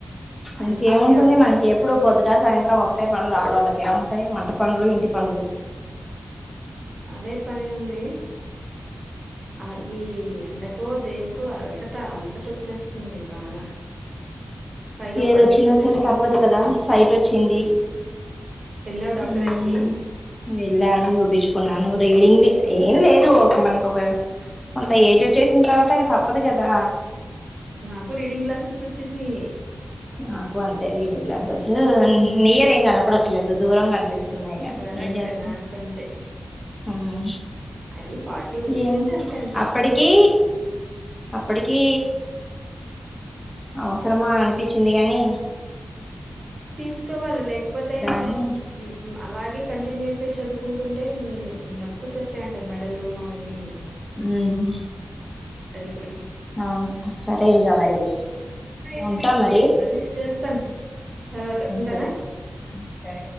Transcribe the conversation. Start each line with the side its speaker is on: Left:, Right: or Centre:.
Right: అయి
Left: ఇంకేముంటుంది
Right: అవి అవు
Left: మనకి ఎప్పుడు పొద్దుట సాయంత్రం ఒక ట్టే పన్లు ఆడోళ్ళకి ఏముంటాయి వంట పన్లు ఇంటి పనులు
Right: అదే పని ఉంది ఆ ఈ ఎండకో దేనికో అలసట అలసట వచ్చేస్తుంది బాగా పైగా
Left: ఏదొచ్చినా
Right: పరిస్థితులకి
Left: సరే తప్పదు కదా సైట్ వచ్చింది
Right: ఎల్లవ డాక్టర్
Left: హ్మ్
Right: దగ్గరికీ
Left: వెళ్ళాను చూపించుకున్నాను రీడింగ్ ఏం లేదు మనకు ఒక కొంత ఏజ్ వచ్చే చేసిన తర్వాత ఇగ తప్పదు కదా
Right: నాకు రీడింగ్ గ్లాసెస్ వచ్చేసినాయి
Left: నాకు అంతే రీడింగ్ క్గ్లాసెస్ నియర్ ఏం కనపడట్లేదు దూరం కనిపిస్ న్నాయి
Right: కరెక్ట్
Left: ఏం చేస్తాం
Right: నాకంతే
Left: కనీ
Right: అది ఫార్టీ వచ్చిందంటే
Left: ఏం
Right: అంతే అంట
Left: అప్పడికీ అప్పటికీ అవసరమా అనిపిచ్చిందికాని
Right: తీసుకోవాలి లేకపోతే
Left: అని
Right: ఉమ్ ఉమ్ అలాగే కంటిన్యూ అయిపోయి చదువుకుంటుంటే నొప్పి వచ్చేస్తాయంట మెడలు అవన్నీ ను
Left: ఉమ్
Right: అది కూడా
Left: అవును సరే సరే ఇంకా మరి
Right: అయితే
Left: ఉంటా
Right: నేను
Left: మరి
Right: మళ్ళీ చేస్తాను తర్వాత ఉంటనా
Left: సరే
Right: ఆ
Left: సరే